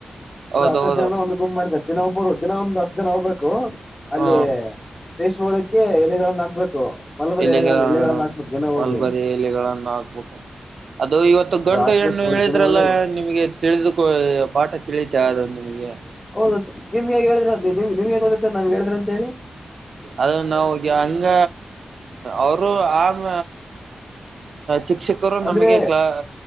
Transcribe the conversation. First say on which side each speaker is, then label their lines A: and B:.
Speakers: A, on the left; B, on the right.
A: ಅದ
B: ಹೌದೌದು
A: ಹ ಜನ ಒಂದು ಗುಮ್ ಮಾಡಿದೆ ದಿನ ಒಬ್ಬರು ದಿನ ಒಂದು್ ಹತ್ತು ಜನ ಹೋಗ್ಬೇಕು ಅಲ್ಲಿ
B: ಹ
A: ಪ್ರೇಷ್ ಮಾಡಕ್ಕೆ ಎಲೆಗಳನ್ನು ಹಾಕ್ಬೇಕು ಮಲಬಾರಿ
B: ಎಲೆಗಳ
A: ಎಲೆಗಳನ್ನ ಎಲೆಗಳನ್ನ ಹಾಕ್ಬೇಕು ದಿನ ಹೋಗಿ
B: ಮಾಲ್ಬರಿ ಎಲೆಗಳಗಳನ್ನು ಹಾಕ್ಬೇಕು ಅದು ಇವತ್ತು ಗಂಟು
A: ಹಾಕ್ಬೇಕು
B: ಹೆಣ್ಣು
A: ಹೋಗಿ
B: ಹೇಳಿದ್ರೆಲ್ಲ
A: ದಿನಗಳು
B: ನಿಮಗೆ ತಿಳಿದುಕೊ ಪಾಠ ತಿಳಿತಾ ಅದು ನಿಮಗೆ
A: ಹೌದ ನಿಮ್ಗೆ ಹೇಳಿದ್ರ ನಿಮ್ ನಿಮ್ಗೆೇಗಂದ ನಮ್ಗೆ ಹೇಳಿದ್ರ ಅಂತ ಹೇಳಿ
B: ಅದು ನಾ ಹಂಗ ಅವರು ಆಮ ಶಿಕ್ಷಕರು
A: ಅಂದ್ರೆ
B: ನಮಗೆ ಕ್ಲಹ